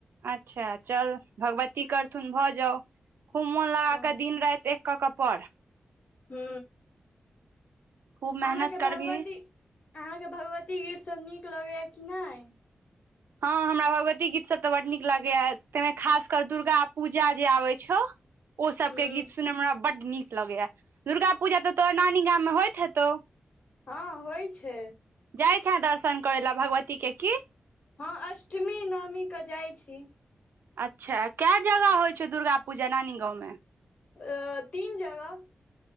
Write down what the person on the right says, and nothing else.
अच्छा चल भगवती करथुन भऽ जाउ खूब मोन लगाकऽ
दिन राति एक कऽ कऽ पढ़
खूब
मेहनत करबिही
हँ हमरा भगवती गीतसभ तऽ बड नीक लागैए ताहिमे खास क दुर्गा पूजा जे आबैत छौ ओ सबके
गीत सुनयमे हमरा बड्ड नीक लगैया दुर्गा पूजा तऽ तोरा नानी गाममे होयत हेतौ
जाय छ‌ए दर्शन करै ल भगवती के की
अच्छा कए जगह होय छौ दुर्गा पूजा नानी गाँवमे